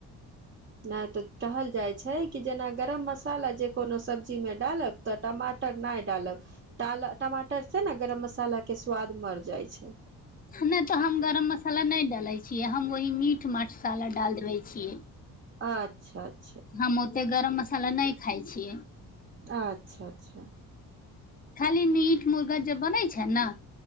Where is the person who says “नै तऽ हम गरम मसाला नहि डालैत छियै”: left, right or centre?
Left